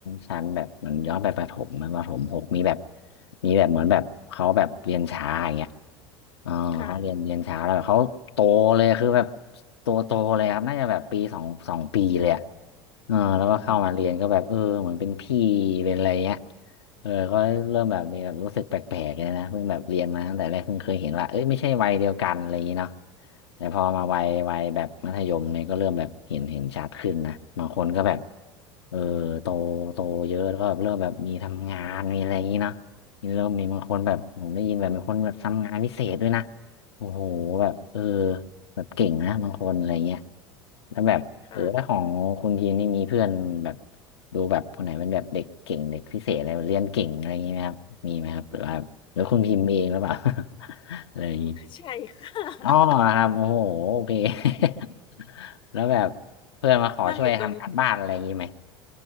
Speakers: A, on the left; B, on the left.
A: ชั้นแบบเหมือนย้อนไปประถมมันประถมหกมีแบบ มีแบบเหมือนแบบเขาแบบเรียนช้าอย่างเงี้ยเออเขาเรียนเรียนช้าแล้วแบบเขาโตเลยคือแบบ
B: ค่ะ <laughs>
A: ตัวโตเลยครับน่าจะแบบปีสองสองปีเลยอะเออแล้วก็เข้ามาเรียนก็แบบเออเหมือนเป็นพี่เป็นอะไรเงี้ย
B: ค่ะเอา
A: เออก็เริ่มแบบมีแบบรู้สึกแปลกๆเลยนะเพิ่งแบบเรียนมาตั้งแต่แรกเพิ่งเคยเห็นว่าเอ้ยไม่ใช่วัยเดียวกันอะไรอย่างงี้เนาะแต่พอมาวัยวัยแบบมัธยมเนี่ยก็เริ่มแบบเห็นเห็นชัดขึ้นนะบางคนก็แบบเออโตโตเยอะแล้วก็แบบเริ่มแบบมีทำงานมีอะไรอย่างงี้เนาะ นี่เริ่มมีบางคนแบบผมได้ยินแบบมีคนแบบทำงานพิเศษด้วยนะโอ้โหแบบเออแบบเก่งนะบางคนอะไรเงี้ยแล้วแบบเออแล้วของคุณพีนี่มีเพื่อนแบบ
B: ค่ะ
A: ดูแบบคนไหนเป็นแบบเด็กเก่งเด็กพิเศษอะไรเรียนเก่งอะไรอย่างงี้ไหมครับมีไหมครับหรือว่าหรือคุณพิมพ์เองหรือเปล่า <laughs> อะไรอย่างงี้
B: ใช่ค่ะ
A: อ๋อครับโอ้โหโอเค
B: <laughs>
A: <laughs> แล้วแบบเพื่อนมาขอช่วยทำการบ้านอะไรอย่างงี้ไหม
B: นั่งอยู่ตรงนี้